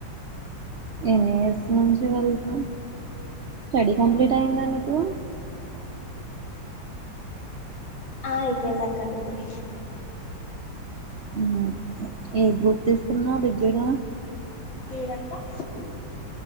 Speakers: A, on the right; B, on the left.
A: ఎన్ని ఇయర్స్ నుంచి వెళ్తున్నావ్ స్టడీ కంప్లీట్ అయిందా నీకు
B: ఆ అయిపోయింది అక్క డిగ్రీ
A: ఉ ఏ గ్రూప్ తీసుకున్నావ్ డిగ్రీలో
B: ఏదక్క